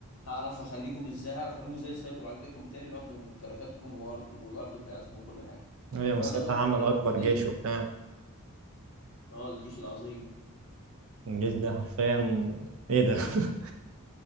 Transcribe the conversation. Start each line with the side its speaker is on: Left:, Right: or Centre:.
Left: هعرف اخليكم ازاي هعرف اخليهم ازاي يسيطروا عليكم تاني وياخدوا ممتلكاتكم وأرض- والارض بتاعتكم وكل حاجه
Right: ايوه
Left: وفعلا
Right: مساعتها
Left: خطته
Right: عمل
Left: كانت
Right: اكبر
Left: نجحت
Right: جيش وبتاع
Left: اه الجيش العظيم
Right: الجيش ده حرفيا ايه ده <laughs>